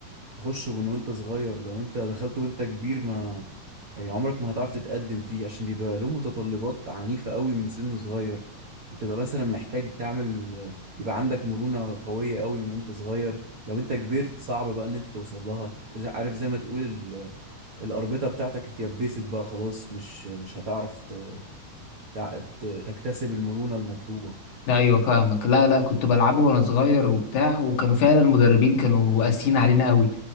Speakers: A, on the right; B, on the left.
A: تخش من وأنت صغير لو أنت دخلت وأنت كبير ما يعني عمرك ما هتعرف تتقدم فيه عشان بيبقى له متطلبات عنيفة قوي من سن صغير بتبقى مثلا محتاج تعمل يبقى عندك مرونة قوية قوي من وانت صغير لو انت كبرت صعب بقى ان انت توصل لها زي- عارف زي ما تقول ال... الأربطة بتاعتك اتيبست بقى خلاص مش مش هتعرف ت... تع- ت... تكتسب المرونة المطلوبة
B: لا ايوه فاهمك لا لا كنت بلعبه وانا صغير وبتاع وكانوا فعلا المدربين كانوا قاسيين علينا قوي